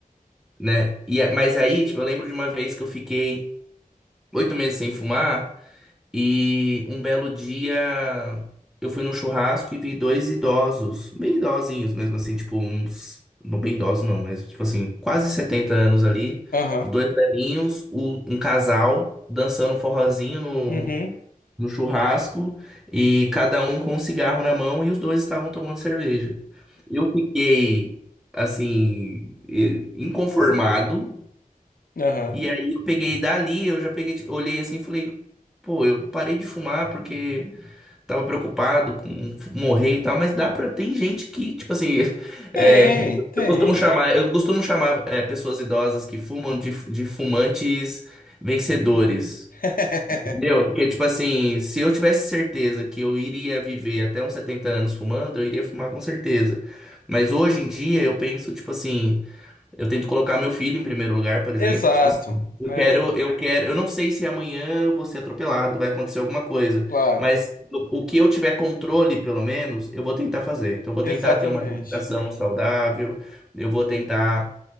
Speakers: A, in the centre; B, on the left.
A: né? E a- mas aí, tipo, eu lembro de uma vez que eu fiquei oito meses sem fumar E um belo dia eu fui num churrasco e vi dois idosos, bem idosinhos mesmo assim, tipo uns, não bem idosos não, mas tipo assim, quase 70 anos ali,
B: aham,
A: os dois velhinhos, o- um casal dançando um forrozinho no,
B: uhum,
A: no churrasco e cada um com um cigarro na mão e os dois estavam tomando cerveja. Eu fiquei assim, eh, inconformado
B: aham.
A: e aí eu peguei dali, eu já peguei, olhei assim e falei, pô, eu parei de fumar porque tava preocupado com f- morrer e tal, mas dá pra, tem gente que, tipo assim, <laughs>
B: Tem,
A: é,
B: tem.
A: eu costumo chamar, eu costumo chamar é, pessoas idosas que fumam de, f- de fumantes vencedores.
B: <laughs>
A: Entendeu? Porque, tipo assim, se eu tivesse certeza que eu iria viver até uns 70 anos fumando, eu iria fumar com certeza. Mas hoje em dia eu penso, tipo assim, eu tento colocar meu filho em primeiro lugar, por exemplo.
B: Exato.
A: Tipo assim, eu
B: É,
A: quero, eu quero, eu não sei se amanhã eu vou ser atropelado, vai acontecer alguma coisa,
B: claro.
A: mas o, o que eu tiver controle, pelo menos, eu vou tentar fazer. Então, eu vou
B: Exatamente.
A: tentar ter uma alimentação saudável, eu vou tentar